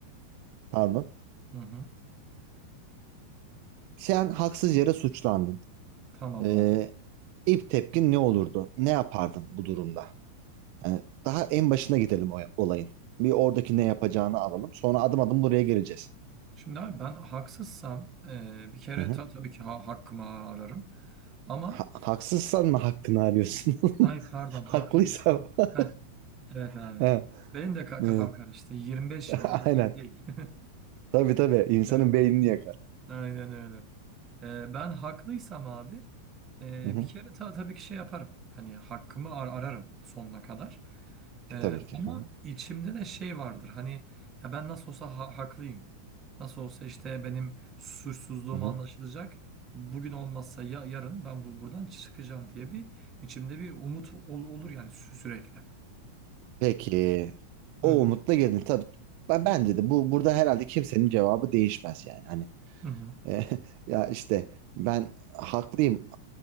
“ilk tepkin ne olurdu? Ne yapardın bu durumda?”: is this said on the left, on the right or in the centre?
Right